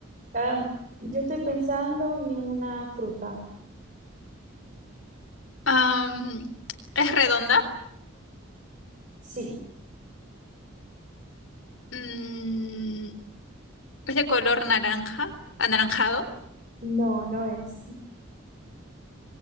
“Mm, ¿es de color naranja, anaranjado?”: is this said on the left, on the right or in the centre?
Left